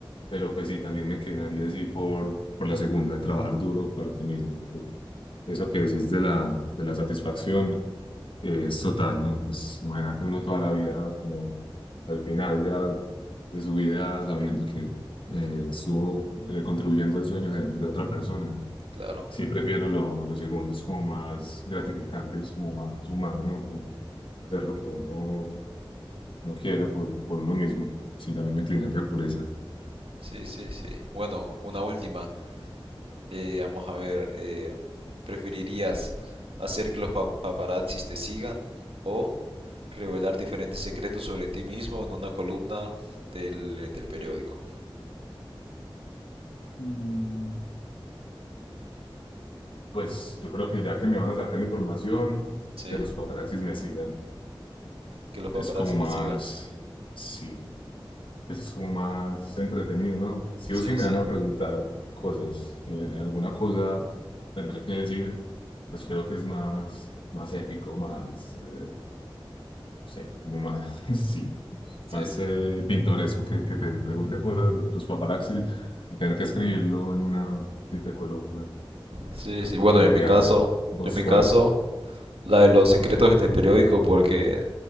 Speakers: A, on the left; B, on the right.
A: Pero pues sí, también me inclinaría así por, por la segunda, de trabajar duro para ti mismo. por eso que decís de la, de la satisfacción eh, es total, ¿no? Pues imagínate uno toda la vida, como al final ya de su vida, sabiendo que eh, estuvo eh, contribuyendo al sueño de de otra persona.
B: Claro,
A: Sí, prefiero lo, lo segundo, es como más gratificante, es como más humano, ¿no? Como hacer lo que uno no quiere por, por uno mismo. Sí, también me inclinaría por esa.
B: sí, sí, sí. Bueno, una última. Eh, vamos a ver, eh, ¿preferirías hacer que los pa- paparazzis te sigan o revelar diferentes secretos sobre ti mismo en una columna del, del periódico.
A: Mm. Pues yo creo que ya que me van a sacar información,
B: Sí,
A: que los paparazzis me sigan.
B: que los paparazzi
A: Es como
B: te
A: más,
B: sigan.
A: sí. pues es como más entretenido, ¿no? Sí
B: Sí,
A: o sí me
B: sí,
A: van a preguntar cosas, eh, alguna cosa tendré que decir, pues creo que es más, más épico, más, eh, no sé, como más, <laughs> sí,
B: sí,
A: más
B: sí.
A: eh, pintoresco que, que te pregunte cosas los paparazzis, a tener que escribirlo en una simple columna.
B: Sí, sí, bueno,
A: Yo preferiría
B: yo en mi caso,
A: esa. ¿Vos
B: yo en mi
A: cuál?
B: caso, la de los secretos en el periódico, porque